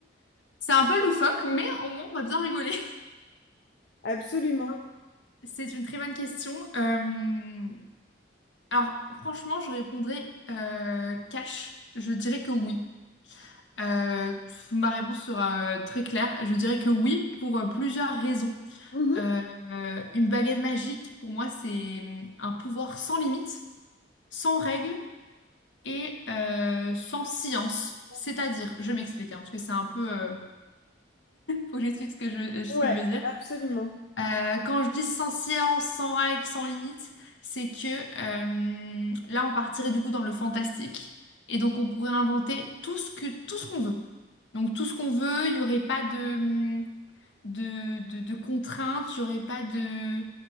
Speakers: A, on the left; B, on the left.
A: C'est un peu loufoque, mais au moins on va bien rigoler.
B: Absolument.
A: <laughs> Donc, C'est une très bonne question. Euh, Alors franchement, je répondrais euh, cash. Je dirais que oui. Euh, ma réponse sera euh, très claire. Je dirais que oui pour euh, plusieurs raisons.
B: Mhm.
A: Euh, euh, une baguette magique, pour moi, c'est euh, un pouvoir sans limite, sans règles et euh, sans science. C'est-à-dire, je m'explique, hein, parce que c'est un peu... euh, Faut que j'explique ce que je, ce
B: Ouais,
A: que je veux dire.
B: absolument.
A: Euh, quand je dis sans science, sans règles, sans limite, c'est que euh, là, on partirait du coup dans le fantastique. Et donc, on pourrait inventer tout ce que, tout ce qu'on veut. Donc, tout ce qu'on veut, il n'y aurait pas de, de, de, de contraintes, il n'y aurait pas de,